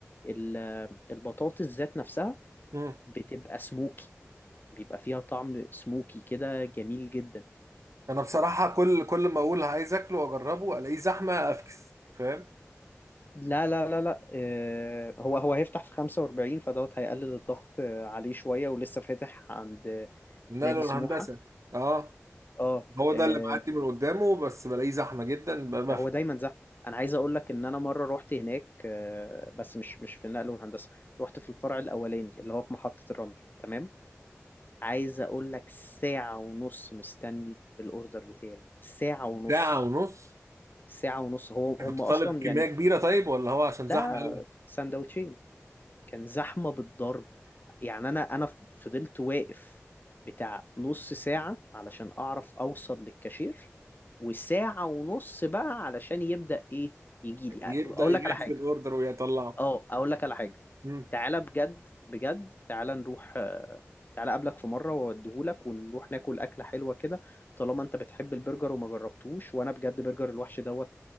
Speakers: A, on the left; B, on the right.
A: ال- البطاطس ذات نفسها
B: مم.
A: بتبقى سموكي بيبقى فيها طعم سموكي كده جميل جدا
B: انا بصراحة كل كل ما اقول عايز اكله واجربه الاقيه زحمة افكس فاهم
A: لا لا لا لا آه، هو هو هيفتح في 45 فدوت هيقلل الضغط آه، عليه شوية ولسه فاتح عند آه،
B: نقله
A: نادي سموحة
B: الهندسة اه
A: اه
B: هو
A: آه،
B: ده اللي بعدي من قدامه بس بلاقيه زحمه جدا بقى ما
A: هو
B: في
A: دايما زحمة انا عايز اقول لك ان انا مرة روحت هناك آه، بس مش مش في النقل والهندسة روحت في الفرع الاولاني اللي هو في محطة الرمل تمام عايز اقول لك ساعة ونص مستني الاوردر بتاعي ساعة ونص
B: ساعه ونص
A: ساعة ونص هو هم
B: كنت طالب
A: اصلا
B: كميه
A: يعني
B: كبيره طيب ولا هو عشان
A: لا
B: زحمه قوي
A: سندوتشين كان زحمة بالضرب يعني أنا أنا ف- فضلت واقف بتاع نص ساعة علشان أعرف أوصل للكاشير وساعة ونص بقى علشان يبدأ إيه يجي لي
B: يبدا
A: أقول
B: يجهز
A: لك على حاجة
B: الاوردر ويطلعه
A: أه أقول لك على حاجة
B: مم.
A: تعالى بجد بجد تعالى نروح تعالى أقابلك في مرة وأوديهولك ونروح ناكل أكلة حلوة كده طالما أنت بتحب البرجر وما جربتوش وأنا بجد برجر الوحش دوت